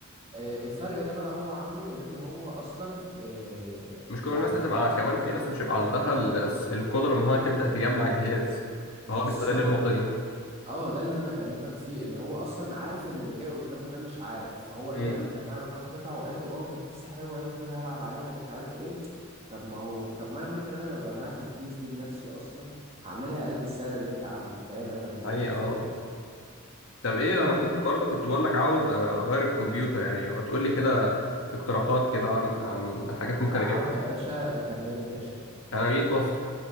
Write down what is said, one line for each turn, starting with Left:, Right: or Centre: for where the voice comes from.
Right: آه، الفرق ده بقى هو عامله لان هو اصلا آه،
Left: مش كل
Right: يعني
Left: الناس هتبقى كمان في ناس مش هيبقى عندها ال- القدرة ان هو تبدأ تجمع الجهاز
Right: بالظبط
Left: فهو بيستغل النقطة دي
Right: اه ده اللي انا بكلمك فيه ان هو اصلا عارف ان اللي جاي قدامه ده مش عارف فهو ايه
Left: امم
Right: اما جمع له كام قطعه وقال له اه دي كيسه حلوه اهي خدها العب عليها مش عارف ايه طب ما هو طب ما انا ممكن انا لو جمعت الكيس دي بنفسي اصلا هعملها اقل بالسعر اللي انت عامله فاهم انا بكلمك
Left: حقيقة
Right: في
Left: اه
Right: ايه
Left: طب ايه
Right: انت
Left: انا كنت
Right: ما
Left: برضه كنت بقول لك عاوز اغير الكمبيوتر يعني ما تقول لي كده اقتراحات كده عن عن حاجات ممكن
Right: اقتراحات
Left: اجيبها
Right: يا باشا انت منين يا باشا
Left: انا مدينة نصر